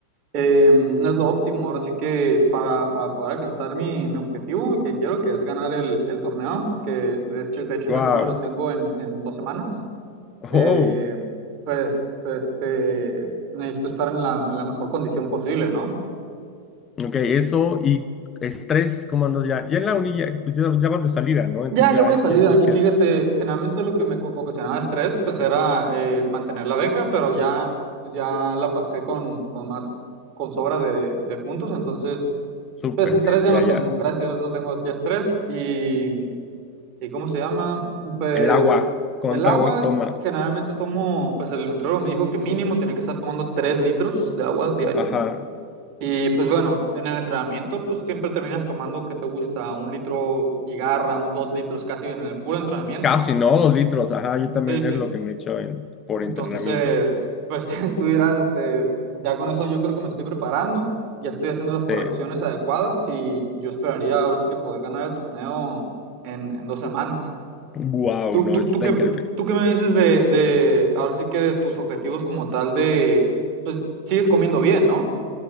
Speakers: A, on the right; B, on the left.
A: eh, no es lo óptimo. Ahora sí que para, para poder alcanzar mi, mi objetivo que quiero, que es ganar el, el torneo, que de hecho, de hecho
B: Wow.
A: ese torneo lo tengo en, en dos semanas, eh,
B: Oh.
A: pues este, necesito estar en la, en la mejor condición posible, ¿no?
B: Ok, eso y estrés, ¿cómo andas ya? Ya en la uni ya, pues ya, ya vas de salida, ¿no? Entonces
A: Ya, ya
B: ya
A: voy de salida.
B: pienso
A: Y
B: que
A: fíjate,
B: es
A: generalmente lo que me co- ocasionaba estrés, pues era eh, mantener la beca, pero ya, ya la pasé con, con más, con sobra de, de puntos, entonces...
B: súper,
A: Pues estrés ya
B: ya,
A: no tengo,
B: ya.
A: gracias a Dios no tengo ya estrés y ¿Y cómo se llama? Pues
B: El agua, ¿cuánta
A: el agua,
B: agua tomas?
A: generalmente tomo, pues el nutriólogo me dijo que mínimo tenía que estar tomando 3 litros de agua diario.
B: Ajá.
A: Y pues bueno, en el entrenamiento pues siempre terminas tomando, ¿qué te gusta? Un litro y garra, un dos litros casi en el puro entrenamiento.
B: Casi, ¿no? Dos litros, ajá. Yo también
A: Sí, sí.
B: es lo que me echo en, por
A: Entonces,
B: entrenamiento.
A: pues <laughs> tú dirás, este, ya con eso yo creo que me estoy preparando, ya estoy haciendo las correcciones
B: Este,
A: adecuadas y yo esperaría ahora sí que poder ganar el torneo en, en dos semanas.
B: wow,
A: ¿Tú,
B: no,
A: tú,
B: eso
A: tú
B: está
A: qué,
B: increíble.
A: tú qué me dices de, de, ahora sí que de tus objetivos como tal de, pues sigues comiendo bien, ¿no?